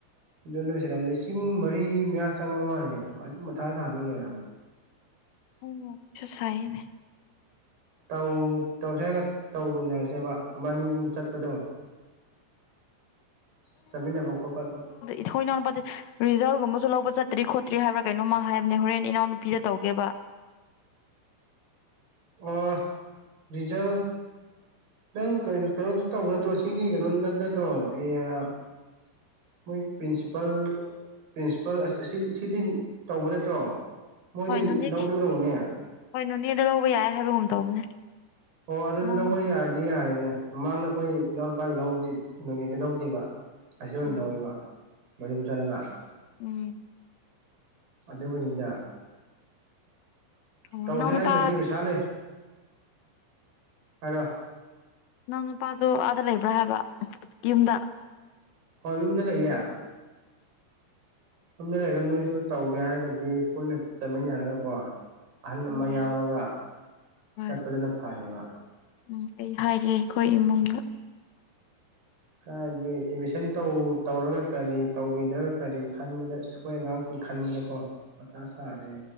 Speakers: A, on the right; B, on the left.
A: ꯑꯗꯨ ꯂꯣꯏꯁꯤꯜꯂ ꯂꯤꯁꯤꯡ ꯃꯔꯤ ꯃꯌꯥ ꯆꯪꯉ ꯃꯥꯜꯂꯦ ꯑꯆꯨꯝ ꯃꯊꯥ ꯁꯥꯕꯅ ꯂꯣꯏꯔꯕꯅꯤ
B: <unintelligible> ꯁꯥꯏꯅꯦ
A: ꯇꯧ ꯇꯧꯁꯦꯒ ꯇꯧꯃꯤꯟꯅꯔꯁꯦꯕ ꯕꯥꯅꯤ ꯑꯗꯨꯝ ꯆꯠꯄꯗꯣ ꯆ ꯆꯠꯃꯤꯟꯅꯕ ꯈꯣꯠꯄ ꯑꯗꯨꯝ
B: ꯏꯊꯣꯏ ꯅꯥꯎ ꯄꯗꯤ ꯔꯤꯖꯜꯠꯒꯨꯝꯕꯁꯨ ꯂꯧꯕ ꯆꯠꯇ꯭ꯔꯤ ꯈꯣꯠꯇ꯭ꯔꯤ ꯍꯥꯏꯕ꯭ꯔꯥ ꯀꯩꯅꯣꯃ ꯍꯥꯏꯕꯅꯦ ꯍꯣꯔꯦꯟ ꯏꯅꯥꯎꯗ ꯅꯨꯄꯤꯗ ꯇꯧꯒꯦꯕ
A: ꯑꯣ ꯔꯤꯖꯜ ꯅꯪ ꯀꯩ ꯀꯩꯅꯣꯗꯨ ꯇꯧꯕ ꯅꯠꯇ꯭ꯔꯣ ꯁꯤꯒꯤ ꯀꯩꯅꯣ ꯅ ꯅꯠꯇ꯭ꯔꯣ <unintelligible> ꯃꯣꯏ ꯄ꯭ꯔꯤꯟꯁꯤꯄꯜ ꯄ꯭ꯔꯤꯟꯁꯤꯄꯜ ꯑꯁ ꯁꯤꯗꯤ ꯇꯧꯕ ꯅꯠꯇ꯭ꯔꯣ ꯃꯣꯏꯗꯤ
B: ꯍꯣꯏ ꯅꯣꯅꯦ
A: ꯂꯧꯗꯣꯏ ꯑꯣꯏꯔꯝꯒꯅꯦ
B: ꯍꯣꯏ ꯅꯣꯅꯦꯗ ꯂꯧꯕ ꯌꯥꯏ ꯍꯥꯏꯕꯒꯨꯝ ꯇꯧꯕꯅꯦ
A: ꯑꯣ ꯑꯗꯨ
B: ꯏꯅꯥꯎꯅ
A: ꯂꯧꯕ ꯌꯥꯔꯗꯤ ꯌꯥꯔꯦꯅꯦ ꯃꯃꯥꯡꯗ ꯑꯩꯈꯣꯏ ꯏꯅꯥꯎ ꯅꯨꯨꯄꯥꯒꯤ ꯂꯧꯕꯗꯤ ꯅꯣꯅꯦꯗ ꯂꯧꯗꯦꯕ ꯑꯁꯤꯗ ꯑꯣꯏꯅ
B: <unintelligible>
A: ꯂꯧꯋꯦꯕ ꯃꯌꯨꯝ ꯆꯠꯂꯒ
B: ꯎꯝ
A: ꯑꯗꯨꯕꯨꯅꯤꯗ
B: ꯑꯣ
A: ꯇꯧꯁ
B: ꯅꯅꯥꯎ ꯅꯨꯄꯥ
A: ꯍꯥꯏꯔꯒꯗꯤ ꯄꯩꯁꯥ ꯂꯩ ꯍꯥꯏꯔꯣ
B: ꯅꯪ ꯅꯨꯄꯥꯗꯨ ꯑꯥꯗ ꯂꯩꯕ꯭ꯔꯥ ꯍꯥꯏꯕ ꯌꯨꯝꯗ
A: ꯍꯣ ꯌꯨꯝꯗ ꯂꯩꯌꯦ ꯌꯨꯝꯗ ꯂꯩꯔꯒ ꯅꯣꯏꯁꯨ ꯇꯧꯒꯦ ꯍꯥꯏꯔꯒꯗꯤ ꯄꯨꯟꯅ ꯆꯠꯃꯤꯟꯅꯔꯒ ꯀꯣ ꯑꯍꯟ
B: ꯌꯥꯏ
A: ꯑꯃ ꯌꯥꯎꯔꯒ
B: ꯍꯣꯏ
A: ꯆꯠꯄꯗꯨꯅ ꯐꯔꯦꯕ
B: ꯎꯝ ꯑꯩ ꯍꯥꯏꯒꯦ ꯈꯣꯏ ꯏꯃꯨꯡꯗ
A: ꯀꯥꯏꯗꯒꯤ ꯑꯦꯗꯃꯤꯁꯟ ꯇꯧ ꯇꯧꯔꯒ ꯀꯔꯤ ꯇꯧꯕꯤꯗ꯭ꯔꯒ ꯀꯔꯤ ꯈꯟꯕꯗ ꯑꯁ ꯈꯣꯏ ꯑꯉꯥꯡꯁꯤꯡ ꯈꯟꯕꯗꯀꯣ ꯃꯊꯥ ꯁꯥꯔꯦ